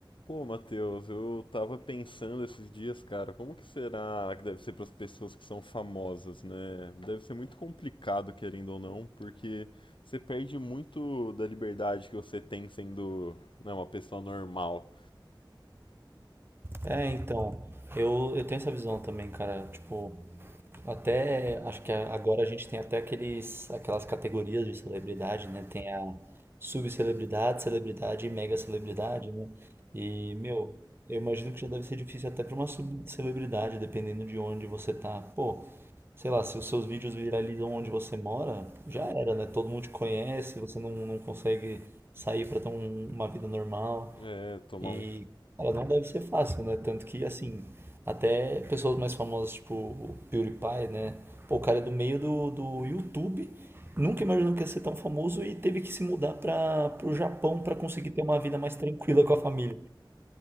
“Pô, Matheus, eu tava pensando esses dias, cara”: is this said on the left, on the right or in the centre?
Left